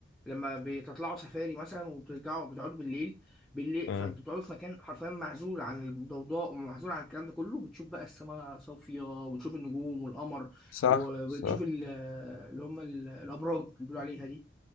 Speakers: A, in the centre; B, on the left (about 85°).
A: لما بتطلعوا سفاري مثلا وبترجعوا بتقعدوا بالليل بالليل
B: مم.
A: فانتوا بتقعدوا في مكان حرفيا معزول عن الضوضاء ومعزول عن الكلام ده كله بتشوف بقى السماء صافيه وبتشوف النجوم والقمر
B: صح
A: وبتشوف
B: صح
A: ال- اللي هم ال- الابراج اللي بيقولوا عليها دي